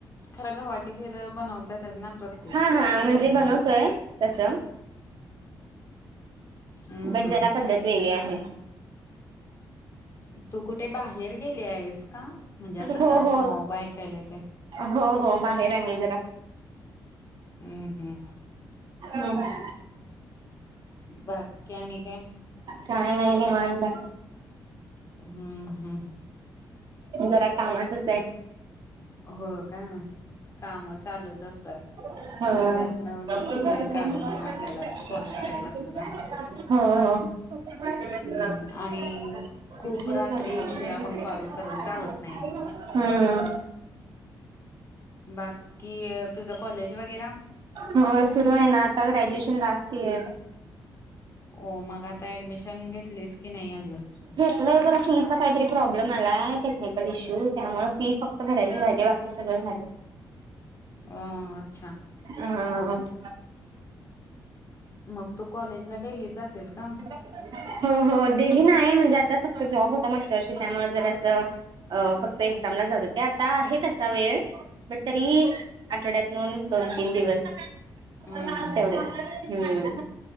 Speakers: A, on the left; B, on the right.
A: खरं गव्हाची खीर अ बनवत्यातच ना. प्रत्येकच्या
B: हा हा म्हणजे बनवतोय.
A: घरी.
B: तसं.
A: हम्म
B: बट
A: हम्म
B: जरा पद्धत वेगळी आहे.
A: तू कुठे बाहेर गेली आहेस का? म्हणजे असं
B: हो
A: जास्त
B: हो
A: मोबा ऐकायला येतोय.
B: हो हो बाहेर आहे जरा.
A: उ्म हम्म्.
B: लो भाय.
A: बाक्की आणि काय?
B: काय नाय निवांताय.
A: ह्म ह्म.
B: जरा कामातच आहे.
A: हो का काम चालूच असतात.
B: होय <unintelligible> <inaudible> हो हो <unintelligible> <inaudible> <unintelligible>
A: पण त्यातनच वेळ काढून आपल्याला कॉल करायला लागतो ना. हम्म आणि खूप रात्री उशिरा पण कॉल करून चालत नाही.
B: <inaudible> हम्म
A: बाकी तुझं कॉलेज वगैरा
B: हो सुरू आहे ना आता ग्रॅज्युएशन लास्ट इयर.
A: हो मग आता ऍडमिशन घेतलीस की नाही अजून?
B: त <unintelligible> <inaudible> 'फीचा' काहीतरी प्रॉब्लेम आलाय टेक्निकल इश्यू त्यामुळे फी फक्त भरायची राहिली बाकी सगळं झाले.
A: अ अच्छा
B: ह <inaudible> <unintelligible>
A: मग तू कॉलेजला डेली जातेस का?
B: हो हो डेली नाही. म्हणजे आता फक्त जॉब होता मागच्या वर्षी त्या मूळ जरासं अ फक्त एक्झामला जात होते आता आहे तसा वेळ बट तरी आठवड्यातून दोन तीन दिवस <inaudible> <unintelligible>
A: हम्म हम्म
B: तेवढेच हम्म